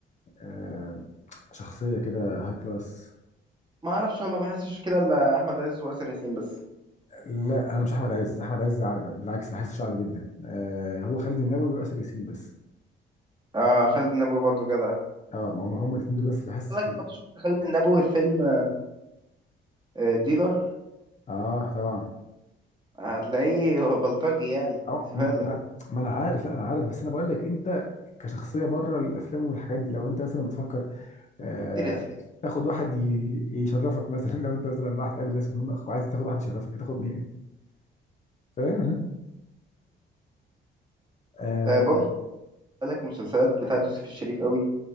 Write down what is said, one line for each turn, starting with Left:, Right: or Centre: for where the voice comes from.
Left: آه شخصيه كده هاي كلاس
Right: ما اعرفش انا ما بحسش كده الا احمد عز واسر ياسين بس
Left: لا انا مش احمد عز احمد عز ع- بالعكس بحس شعبي جدا آه هو خالد النبوي واسر ياسين بس
Right: آه خالد النبوي برضو جدع
Left: اه ما هم هم الاثنين دول بس اللي حاسس
Right: قال
Left: في
Right: لك
Left: ال...
Right: كنت شفت خالد النبوي في فيلم آه، ديلر
Left: اه طبعا
Right: هتلاقيه <laughs> هو بلطجي يعني
Left: اه
Right: زبالة
Left: م- ما, ما انا عارف لا انا عارف بس انا بقول لك انت كشخصيه بره الافلام والحاجات دي لو انت مثلا بتفكر آه،
Right: آسر ياسين
Left: تاخد واحد ي- يشرفك مثلا <laughs> لو انت مثلا رايح تقابل ناس مهمه وعايز تاخد واحد يشرفك هتاخد مين؟ فاهم؟ اه
Right: آه برضو خد بالك مسلسلات بتاعت يوسف الشريف قوي